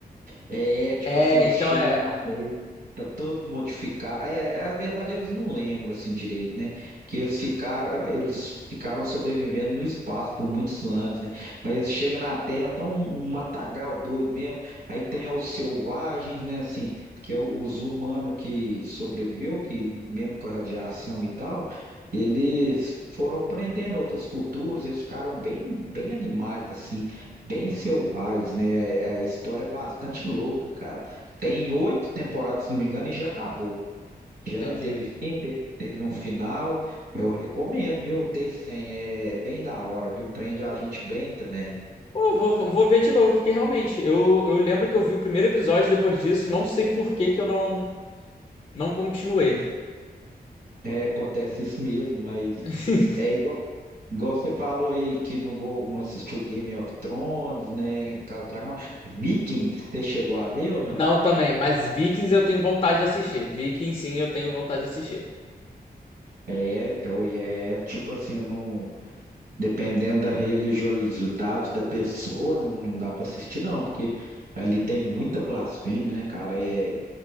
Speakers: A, on the right; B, on the left.
A: É, tipo
B: É,
A: assim, eles
B: então
A: chegam
B: é.
A: na Terra, tá todo modificado. É, é, a verdade eles não lembram assim direito, né? Porque eles ficaram, eles ficaram sobrevivendo no espaço por muitos anos, né? Mas eles chegam na Terra, tão um um matagal doido mesmo. Aí tem os selvagens, né, assim, porque o- os humanos que sobreviveu, que mesmo com a radiação e tal, eles foram prendendo outras culturas, eles ficaram bem, bem animais assim. Bem selvagens, né? A a história é bastante louca, cara. Tem oito temporadas, se não me engano, e já acabou.
B: Entendi.
A: Já teve fim, teve, teve um final. Eu recomendo, viu? O T100 é é bem da hora, viu? Prende a gente bem também.
B: Pô, vou, vou vou ver de novo, porque realmente, eu, eu lembro que eu vi o primeiro episódio depois disso, não sei por que que eu não, não continuei.
A: É, acontece isso mesmo, mas
B: <laughs>
A: é igual, igual você falou aí que não, go- não assistiu Game of Thrones, né? Casa do Dragão. Vikings, você chegou a ver ou não?
B: Não também, mas Vikings eu tenho vontade de assistir. Vikings, sim, eu tenho vontade de assistir.
A: É, é, é tipo assim, não. Dependendo da religiosidade da pessoa, não, não dá para assistir, não, porque ali tem muita blasfêmia, né, cara? É,